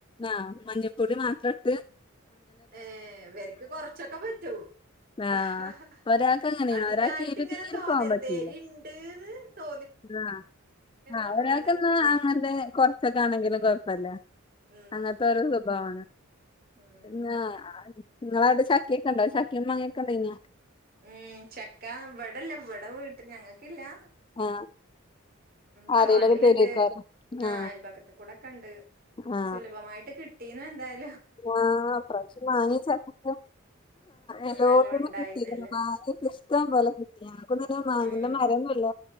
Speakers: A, on the left; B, on the right.
A: ആ മഞ്ഞപ്പൊടി മാത്രട്ട്
B: ഏ വര്ക്ക് കൊർച്ചൊക്കെ പറ്റും
A: ആ
B: ഹ ഹ
A: ഒരാൾക്ക് അങ്ങനെയാണ്
B: അതികായിട്ടിങനെ
A: ഒരാൾക്ക് എരു തീരെ
B: തോന്നര്ത്
A: പോകാൻ പറ്റൂല
B: എരിഢീന്ന് തോ
A: ആ ആ
B: നോർമലായിട്ട്ക്ക
A: ഒരാൾക്ക്ന്നാ അങൻത്തെ കൊർച്ചൊക്കാണെകിലും കൊയപ്പ പല
B: ഉം
A: അങ്ങൻത്തോരോ സ്വഭാവാണ്
B: ഉം
A: ങാ ങളെ നാട്ടീ ചക്കൊക്ക ണ്ടോ ച ചക്കി മാങ്ങക്കൊണ്ടായിരുന്നോ
B: ഉം ചക്ക ഇവടല്ല ഇവടെ വീട്ടി ഞങക്കില്ലാ
A: ആ
B: തറവാട്ടിലിണ്ട്
A: ആരേലൊക്കെ തരുവായിരിക്കും ആ
B: അയൽപക്കത്ത്ക്കൂടൊക്കെ ണ്ട്
A: ആ
B: സുലഭമായിട്ട് കി മീനന്തെ കിട്ടി
A: ആ അപ്രാശ്യം മാങി ച ക്ക
B: ഉം
A: എല്ലോട്ത്ത്ന്നും
B: നല്ലോം ഉണ്ടായിന്നല്ലേ
A: കിട്ടിക്ക്ണ് മാങ്ങൊക്കെ ഇഷ്ടം പോലെ കിട്ടീണ് ക്കൊന്നും മാങൻ്റെ
B: ഉം
A: മരൊന്നുല്ല